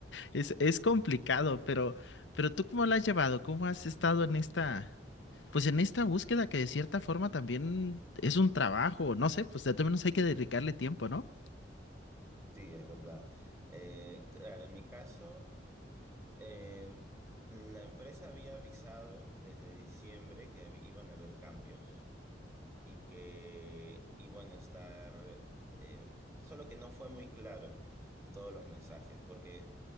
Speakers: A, on the left; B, on the right.
A: Es, es complicado, pero... Pero tú, ¿cómo la has llevado? ¿Cómo has estado en esta, pues en esta búsqueda que de cierta forma también es un trabajo, no sé, pues de todos menos hay que dedicarle tiempo, ¿no?
B: sí, es verdad. Eh, claro, en mi caso, eh, la empresa había avisado desde diciembre que hab- iban a haber cambios y que iban a estar, eh, solo que no fue muy claro todos los mensajes, porque